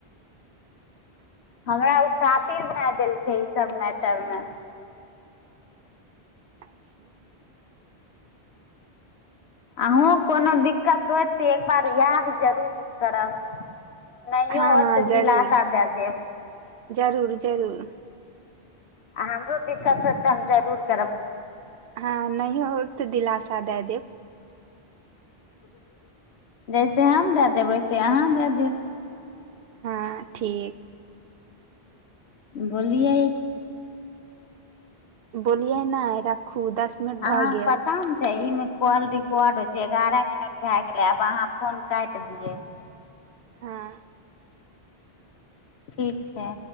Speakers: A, on the left; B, on the right.
A: हमरा ओ शातिर बनै देल छै ई सब मैटर मे
B: अचछे <unintelligible>
A: अहूँ कोनो दिक्कत होत तऽ एक बार याद जरूर करब नहियो
B: हाँ
A: होत
B: हाँ
A: तऽ
B: जरूर
A: दिलासा दए देब
B: जरूर जरूर
A: आ हमरो दिक्कत होएत तऽ हम जरूर करब
B: हँ नहियो तऽ दिलासा दैय देव
A: जैसे हम दए देब वैसे अहाँ दए देब
B: हँ ठीक
A: बोलियै
B: बोलियै नहि राखू दस मिनट
A: अहाँके
B: भऽ गेल
A: पता ने छै ई मे कॉल रिकॉर्ड होइ छै एगारह मिनट भए गेलै आब अहाँ फोन काटि दियै
B: हँ
A: ठीक छै